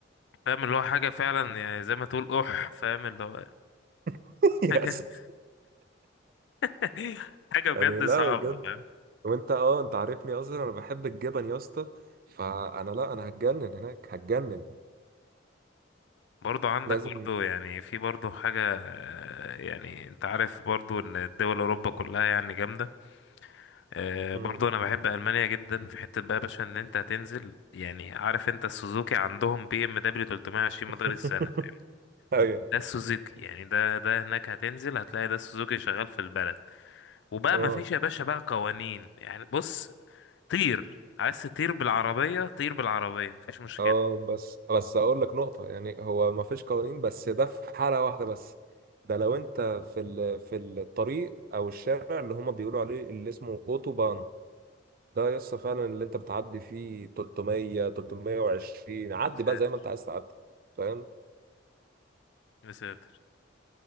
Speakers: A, on the left; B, on the right.
A: فاهم اللي هو حاجة فعلا يعني زي ما تقول اح فاهم اللي هو
B: <laughs> يا
A: حاجة
B: اسف
A: <laughs> حاجة بجد
B: يعني لا
A: صعبة
B: بجد
A: فاهم
B: وانت اه انت عارفني اصلا انا بحب الجبن يا اسطى فانا لا انا هتجنن هناك هتجنن
A: برضو عندك
B: لازم
A: برضو يعني في برضو حاجة آه، يعني انت عارف برضو ان الدول اوروبا كلها يعني جامدة آه،
B: مم.
A: برضو انا بحب المانيا جدا في حته بقى يا باشا ان انت هتنزل يعني عارف انت السوزوكي عندهم بي ام دبليو 320
B: <laughs>
A: مدار السنه فاهم
B: ايوه
A: ده السوزوكي يعني ده ده هناك هتنزل هتلاقي ده السوزوكي شغال في البلد وبقى
B: اه
A: ما فيش يا باشا بقى قوانين يعني بص طير عايز تطير بالعربيه طير بالعربيه مفيش مشكله
B: اه بس بس اقول لك نقطة يعني هو ما فيش قوانين بس ده في حالة واحدة بس ده لو انت في ال... في الطريق او الشارع اللي هما بيقولوا عليه اللي اسمه اوتوبان ده يا اسطى فعلا اللي انت بتعدي فيه 300 320 عدي
A: يا ساتر
B: بقى زي ما انت عايز تعدي فاهم
A: يا ساتر